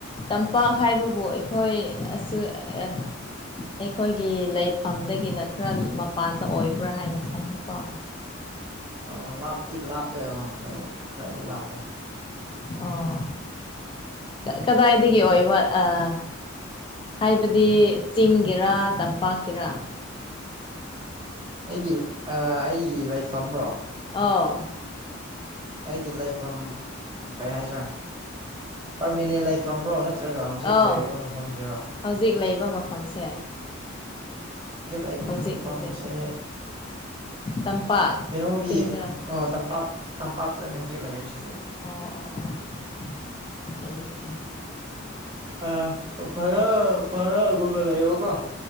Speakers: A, on the left (about 25°); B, on the right (about 25°).
A: ꯇꯝꯄꯥꯛ ꯍꯥꯏꯕꯕꯨ ꯑꯩꯈꯣꯏ ꯑꯁꯦ ꯑꯦ ꯑꯩꯈꯣꯏꯒꯤ ꯂꯩꯐꯝꯗꯒꯤꯅ ꯈꯔ ꯃꯄꯥꯟꯗ ꯑꯣꯏꯕ꯭ꯔꯥ ꯍꯥꯏꯅ ꯈꯟꯕꯀꯣ
B: ꯑꯣ ꯂꯥꯞꯇꯤ ꯂꯥꯞꯄꯦ ꯑꯣ ꯈꯣꯏ ꯈꯔꯗꯤ ꯂꯥꯞꯄꯦ
A: ꯑꯣ ꯀꯗꯥꯏꯗꯒꯤ ꯑꯣꯏꯕ ꯑꯥ ꯍꯥꯏꯕꯗꯤ ꯆꯤꯡꯒꯤꯔ ꯇꯝꯄꯥꯛꯀꯤꯔꯥ
B: ꯑꯩꯒꯤ ꯑꯩꯒꯤ ꯂꯩꯐꯝꯔꯣ
A: ꯑꯥ
B: ꯑꯩꯒꯤ ꯂꯩꯐꯝ ꯀꯩ ꯍꯥꯏꯁꯤꯔꯥ ꯄꯔꯃꯤꯅꯦꯟ ꯂꯩꯐꯝ꯭ꯔꯣ ꯅ ꯅꯠꯇ꯭ꯔꯒ ꯍꯧꯖꯤꯛ
A: ꯑꯧ
B: ꯂꯩꯔꯤꯕ ꯃꯐꯝꯁꯤꯔꯣ
A: ꯍꯧꯖꯤꯛ ꯂꯩꯕ ꯃꯐꯝꯁꯦ
B: ꯍꯧꯖꯤꯛ ꯂꯕ
A: ꯍꯧꯖꯤꯛ
B: ꯃꯐꯝꯁꯦ
A: ꯍꯧꯖꯤꯛ ꯇꯝꯄꯥꯛ
B: ꯀꯩꯅꯣꯒꯤ
A: ꯆꯤꯡꯗꯔ
B: ꯑꯣ ꯇꯝꯄꯥꯛ ꯇꯝꯄꯥꯛꯇꯅꯦ ꯍꯧꯖꯤꯛ ꯂꯩꯔꯤꯁꯤꯗꯤ
A: ꯑꯣ ꯑꯣ ꯑꯣ ꯑꯣ ꯐꯩꯌꯦ ꯐꯩꯌꯦ
B: ꯑ ꯔ ꯐꯔꯒꯨꯝꯕꯂ ꯏꯕꯀꯣ